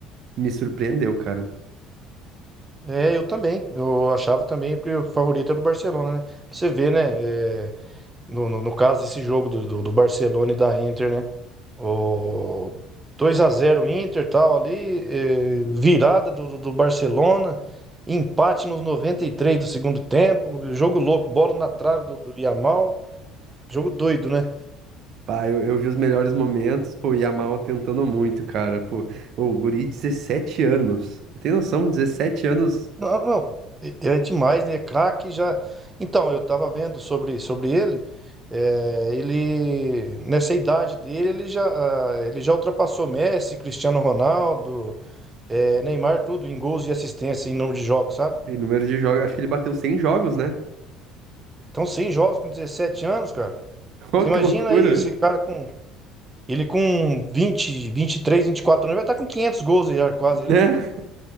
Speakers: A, on the right; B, on the right.
A: me surpreendeu, cara.
B: é, eu também. Eu achava também que o favorito era o Barcelona, né? Pra Você vê, né? é, no, no, no caso, esse jogo do, do, do Barcelona e da Inter, né? O dois a zero Inter tal ali, é, virada do, do do Barcelona, empate nos 93 do segundo tempo, jogo louco, bola na trave do, do Yamal, jogo doido, né?
A: Pá, eu, eu vi os melhores momentos, pô, o Yamal tentando muito, cara. Pô, o guri, 17 anos. Tem noção, Dezessete anos
B: Não, não, é é demais, né? Craque já. Então, eu tava vendo sobre, sobre ele. é, ele, nessa idade dele, ele já, ah, ele já ultrapassou Messi, Cristiano Ronaldo, é, Neymar, tudo em gols e assistência em número de jogos, sabe?
A: em número de jogos, acho que ele bateu 100 jogos, né?
B: Então, sim, jogos com 17 anos, cara.
A: <laughs> Ô,
B: Você
A: que
B: imagina
A: loucura,
B: aí esse cara com. Ele com 20, 23, 24 anos, ele vai estar com 500 gols já, quase,
A: né?
B: já, né?